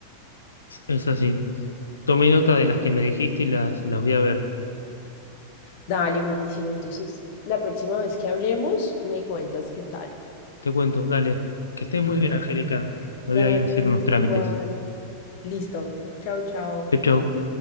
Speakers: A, on the left; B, on the left.
A: Es así. Tomé nota de las que me dijiste y las, las voy a ver.
B: Dale, buenísimo. Entonces, la próxima vez que hablemos, me cuentas qué tal.
A: Te cuento, dale. Que estés muy
B: <laughs>
A: bien, Angélica. Me voy
B: Dale,
A: a ir a hacer unos
B: tú
A: trámites.
B: igual. Listo. Chao, chao.
A: Chau, chau.